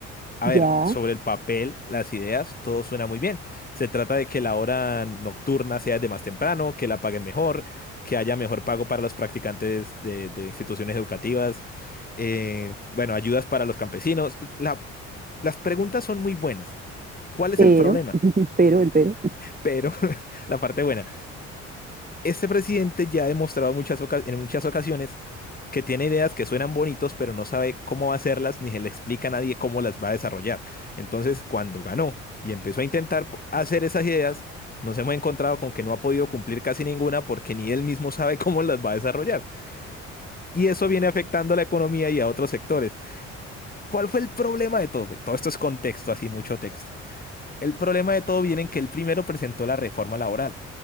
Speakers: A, on the left (about 25°); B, on the right (about 25°).
A: A
B: Ya,
A: ver, sobre el papel, las ideas, todo suena muy bien. Se trata de que la hora nocturna sea de más temprano, que la paguen mejor, que haya mejor pago para los practicantes de, de instituciones educativas, eh, bueno, ayudas para los campesinos. La- las preguntas son muy buenas. ¿Cuál es
B: pero,
A: el problema?
B: el pero, el pero.
A: pero <laughs> la parte buena. Este presidente ya ha demostrado muchas oca- en muchas ocasiones que tiene ideas que suenan bonitos, pero no sabe cómo va a hacerlas ni se le explica a nadie cómo las va a desarrollar. Entonces, cuando ganó y empezó a intentar po- hacer esas ideas, nos hemos encontrado con que no ha podido cumplir casi ninguna porque ni él mismo sabe <laughs> cómo las va a desarrollar. Y eso viene afectando a la economía y a otros sectores. ¿Cuál fue el problema de todo? Todo esto es contexto, así mucho texto. El problema de todo viene en que él primero presentó la reforma laboral